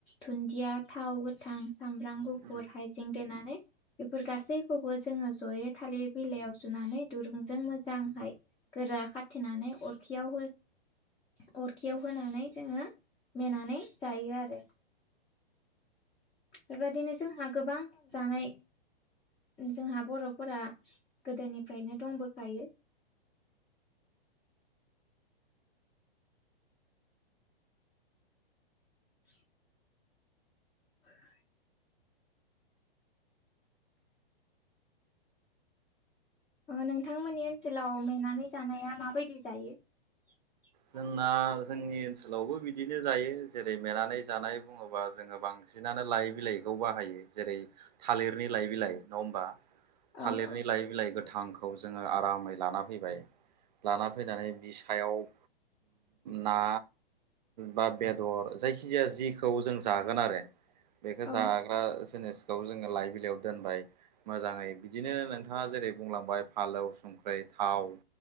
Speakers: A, on the left (about 15°); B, on the right (about 45°).
A: दुन्दिया थाव गोथां सामब्राम गुफुर
B: उम
A: हाइजें देनानै बेफोर गासैखौबो जोङो जयै थालिर बिलाइयाव जुनानै दुरुंजों मोजांहाय गोरा खाथिनानै अरखियाव हो अरखियाव होनानै जोङो मेनानै जायो आरो बेबादिनो जोंहा गोबां जानाय जोंहा बर'फोरा गोदोनिफ्रायनो दंबोखायो <inaudible> <inaudible> अ नोंथांमोननि ओनसोलाव मेनानै जानाया माबायदि जायो? <inaudible>
B: जोंना जोंनि ओनसोलावबो बिदिनो जायो जेरै मेनानै जानाय बुङोबा जोङो बां बांसिनानो लाइ बिलाइखौ बाहायो जेरै थालिरनि लाइ बिलाइ नङा होमबा? थालिरनि
A: औ औ
B: लाइ बिलाइ गोथांखौ जोङो आरामै लाना फैबाय लाना फैनानै <unintelligible> सायाव ना बा बेदर जायखिजाया जिखौ जों जागोन आरो। बेखौ
A: औ
B: जाग्रा जिनिसखौ जोङो लाइबिलाइयाव दोनबाय मोजाङै बिदिनो नोंथाङा जेरै बुंलांबाय फालौ, संख्रि, थाव